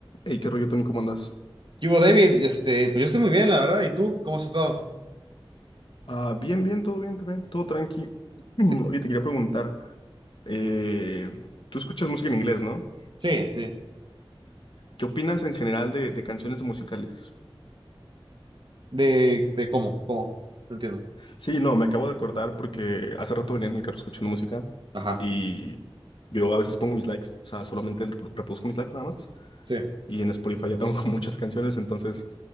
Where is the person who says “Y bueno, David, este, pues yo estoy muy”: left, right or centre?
Right